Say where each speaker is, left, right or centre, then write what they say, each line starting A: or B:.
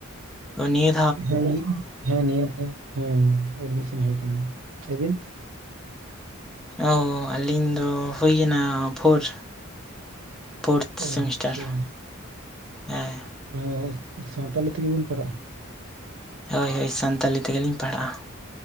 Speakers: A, in the centre; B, on the right.
A: ᱱᱤᱭᱮ᱾
B: ᱦᱮᱸ ᱦᱮᱸ ᱱᱤᱭᱟᱹᱫᱷᱟᱣ ᱦᱮᱸ ᱮᱰᱢᱤᱥᱚᱱ ᱦᱩᱭ ᱠᱟᱱᱟ ᱟᱵᱤᱱ᱾
A: ᱚ ᱟᱹᱞᱤᱧ ᱫᱚ ᱦᱩᱭᱱᱟ ᱯᱷᱳᱨ᱾ ᱯᱷᱳᱨᱛᱷ
B: ᱚ
A: ᱥᱮᱢᱤᱥᱴᱟᱨ᱾
B: ᱟᱪᱪᱷᱟ
A: ᱦᱮᱸ
B: ᱚᱸ ᱥᱟᱣᱛᱟᱞᱤ ᱛᱮᱜᱮ ᱵᱤᱱ ᱯᱟᱲᱦᱟᱜᱼᱟ᱾
A: ᱦᱳᱭ ᱦᱳᱭ ᱥᱟᱱᱛᱟᱞᱤ ᱛᱮᱜᱮᱞᱤᱧ ᱯᱟᱲᱦᱟᱜᱼᱟ᱾